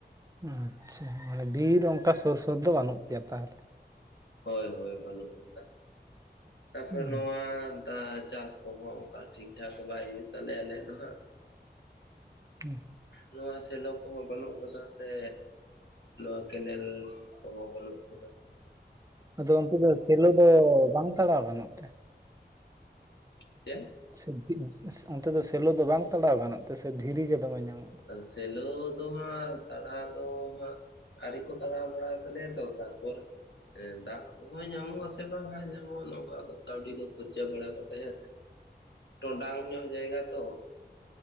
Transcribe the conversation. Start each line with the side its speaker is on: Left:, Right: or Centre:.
Right: ᱟᱪᱪᱷᱟ ᱢᱟᱱᱮ ᱵᱤᱨ ᱚᱱᱠᱟ ᱥᱳᱨ ᱥᱳᱨ ᱫᱚ ᱵᱟᱹᱱᱩᱜ ᱯᱮᱭᱟ ᱛᱟᱦᱞᱮ ᱾
Left: ᱦᱳᱭ ᱦᱳᱭ ᱵᱟᱹᱱᱩᱜ ᱟᱠᱟᱫᱟ ᱾ ᱛᱟᱯᱚᱨ
Right: ᱦᱩᱸ
Left: ᱱᱚᱣᱟ ᱪᱟᱥ ᱠᱚᱦᱚᱸ ᱚᱱᱠᱟ ᱴᱷᱤᱠ ᱴᱷᱟᱠ ᱵᱟᱭ ᱦᱩᱭᱩᱜ ᱛᱟᱞᱮᱭᱟ ᱟᱞᱮᱭᱟᱜ ᱫᱚ ᱦᱟᱸᱜ ᱾
Right: <inaudible>
Left: ᱱᱚᱣᱟ ᱥᱮᱞᱳ ᱠᱚᱦᱚᱸ ᱵᱟᱹᱱᱩᱜ ᱠᱟᱫᱟ ᱥᱮ ᱱᱚᱣᱟ ᱠᱮᱱᱮᱞ ᱠᱚᱦᱚᱸ ᱵᱟᱹᱱᱩᱜ ᱟᱠᱟᱫᱟ ᱾
Right: ᱟᱫᱚ ᱚᱱᱛᱮ ᱫᱚ ᱥᱮᱞᱳ ᱫᱚ ᱵᱟᱝ ᱛᱟᱲᱟᱣ ᱜᱟᱱᱚᱜ ᱛᱮ
Left: ᱪᱮᱫ?
Right: ᱥᱮ ᱚᱱᱛᱮ ᱫᱚ ᱥᱮᱞᱳ ᱫᱚ ᱵᱟᱝ ᱛᱟᱲᱟᱣ ᱜᱟᱱᱚᱜ ᱛᱮ ᱥᱮ ᱫᱷᱤᱨᱤ ᱜᱮ ᱫᱚᱢᱮ ᱧᱟᱢᱚᱜᱼᱟ?
Left: ᱥᱮᱞᱳ ᱫᱚ ᱦᱟᱸᱜ ᱛᱟᱲᱟᱣ ᱫᱚ ᱦᱟᱸᱜ ᱟᱹᱣᱨᱤ ᱠᱚ ᱛᱟᱲᱟᱣ ᱵᱟᱲᱟᱭ ᱛᱟᱞᱮᱭᱟ ᱛᱚ ᱛᱟᱨᱯᱚᱨ ᱮᱸ ᱫᱟᱜ ᱠᱚᱦᱚ ᱧᱟᱢᱚᱜᱼᱟ ᱥᱮ ᱵᱟᱝ ᱦᱟᱸᱜ ᱧᱟᱢᱚᱜᱼᱟ ᱱᱚᱝᱠᱟ ᱫᱚ ᱠᱟᱣᱰᱤ ᱫᱚ ᱠᱷᱚᱨᱪᱟ ᱵᱟᱲᱟ ᱠᱟᱛᱮ ᱦᱮᱸ ᱥᱮ ᱾ ᱴᱚᱰᱟᱝ ᱧᱚᱜ ᱡᱟᱭᱜᱟ ᱛᱚ ᱾